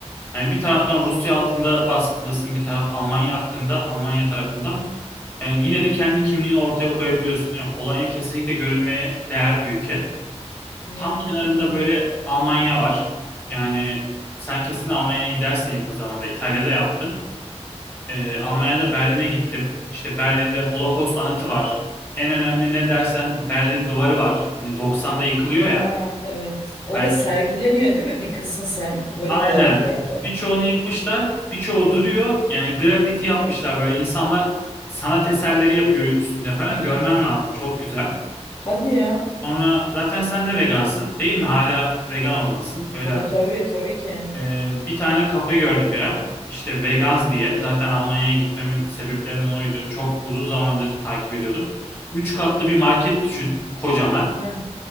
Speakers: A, on the left; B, on the left.
A: Hani bir taraftan Rusya altında baskıdasın bir taraf Almanya hakkında Almanya tarafından. Yani yine de kendi kimliğini ortaya koyabiliyorsun. Yani Polonya kesinlikle görülmeye değer bir ülke.
B: Hmm.
A: Tam kenarında böyle Almanya var. Yani sen kesin Almanya'ya gidersin yakın zamanda. İtalya'da yaptın. Ee, Almanya'da Berlin'e gittim. İşte Berlin'de Holocaust anıtı var. En önemli ne dersen Berlin duvarı var. Hani 90'da yıkılıyor ya.
B: Ha, evet. O
A: Belki
B: da sergileniyor değil mi? Bir kısmı sembolik
A: aynen.
B: olarak herhalde.
A: Birçoğunu yıkmışlar, birçoğu duruyor. Yani grafiti yapmışlar böyle insanlar sanat eserleri yapıyor üstünde falan. Görmen lazım. Çok güzel.
B: Hadi ya.
A: Sonra zaten sen de vegansın, değil mi? Hala vegan olmalısın. Öyle
B: Tabii tabii tabii ki.
A: Ee, bir tane kafe gördüm İrem. İşte Vegans diye. Zaten Almanya'ya gitmemin sebeplerinden oydu. Çok uzun zamandır takip ediyordum. Üç katlı bir market düşün. Kocaman.
B: Hı hı.